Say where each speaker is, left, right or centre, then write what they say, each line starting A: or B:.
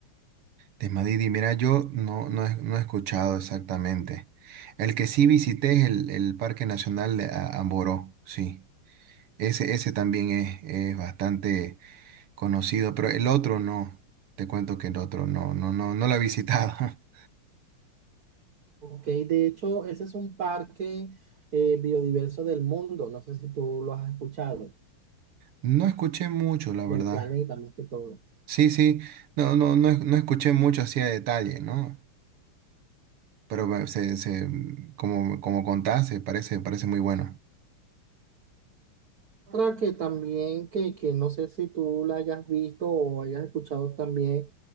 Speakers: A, on the right; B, on the right.
A: Desmadidi, mira, yo no, no, he, no he escuchado exactamente. El que sí visité es el, el Parque Nacional de A- Amboró, sí. Ese, ese también es, es bastante conocido, pero el otro no. Te cuento que el otro no, no, no, no lo he visitado. <laughs>
B: Ok, de hecho, ese es un parque eh, biodiverso del mundo, no sé si tú lo has escuchado,
A: No escuché mucho, la
B: del
A: verdad.
B: planeta más que todo.
A: Sí, sí, no, no, no, no escuché mucho así a detalle, ¿no? Pero me- se, se, como, como contaste, parece, parece muy bueno.
B: Otra que también, que, que no sé si tú la hayas visto o hayas escuchado también,